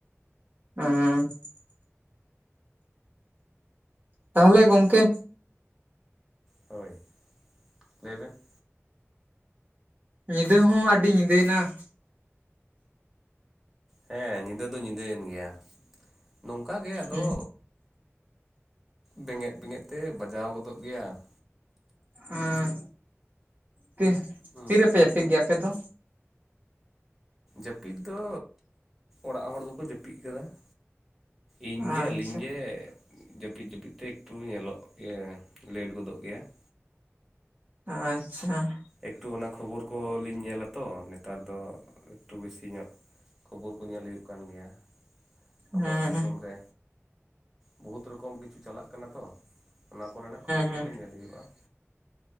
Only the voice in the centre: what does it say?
ᱦᱳᱭ ᱞᱟᱹᱭ ᱵᱮᱱ ᱾
ᱦᱮᱸ ᱧᱤᱫᱟᱹ ᱫᱚ ᱧᱤᱫᱟᱹᱭᱮᱱ ᱜᱮᱭᱟ ᱱᱚᱝᱠᱟ ᱜᱮ ᱟᱫᱚ
ᱵᱮᱸᱜᱮᱫ ᱵᱮᱸᱜᱮᱫ ᱛᱮ ᱵᱟᱡᱟᱣ ᱜᱚᱫᱚᱜ ᱜᱮᱭᱟ ᱾
ᱦᱮᱸ
ᱥᱮ
ᱡᱟᱹᱯᱤᱫ ᱫᱚ ᱚᱲᱟᱜ ᱦᱚᱲ ᱫᱚᱠᱚ ᱡᱟᱹᱯᱤᱫ ᱠᱟᱫᱟ ᱾ ᱤᱧ
ᱜᱮ ᱟᱹᱞᱤᱧ ᱜᱮ ᱡᱟᱹᱯᱤᱫ ᱡᱟᱹᱯᱤᱫ ᱛᱮ ᱮᱠᱴᱩ ᱧᱮᱞᱚᱜ ᱜᱮ ᱞᱮᱴ ᱜᱚᱫᱚᱜ ᱜᱮᱭᱟ ᱾
ᱮᱠᱴᱩ ᱚᱱᱟ ᱠᱷᱚᱵᱚᱨ ᱠᱚᱞᱤᱧ ᱧᱮᱞᱟᱛᱚ ᱱᱮᱛᱟᱨ ᱫᱚ ᱮᱠᱴᱩ ᱵᱮᱥᱤ ᱧᱚᱜ ᱠᱷᱚᱵᱚᱨ ᱠᱚ ᱧᱮᱞ ᱦᱳᱭᱳᱜ ᱠᱟᱱ ᱜᱮᱭᱟ ᱾ ᱟᱵᱚᱣᱟᱜ
ᱫᱤᱥᱚᱢ
ᱨᱮ ᱵᱩᱦᱩᱛ ᱨᱚᱠᱚᱢ ᱠᱤᱪᱷᱩ ᱪᱟᱞᱟᱜ ᱠᱟᱱᱟ ᱛᱚ ᱾ ᱚᱱᱟ ᱠᱚ ᱨᱮᱱᱟᱜ ᱠᱷᱚᱵᱚᱨ
ᱠᱚ ᱜᱮ ᱧᱮᱞ ᱦᱳᱭᱳᱜᱼᱟ ᱾